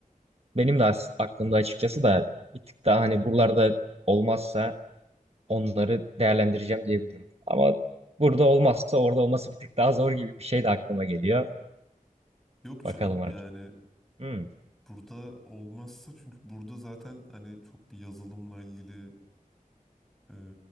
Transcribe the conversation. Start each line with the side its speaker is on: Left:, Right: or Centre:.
Right: Benim de as- aklımda açıkçası da bir tık daha hani buralarda olmazsa onları değerlendireceğim diyebilirim. Ama burada olmazsa orada olması bir tık daha zor gibi bir şey de aklıma geliyor.
Centre: Yok canım
Right: Bakalım
Centre: yani
Right: artık. Hmm.
Centre: burada olmazsa çünkü burada zaten hani çok bir yazılımla ilgili e,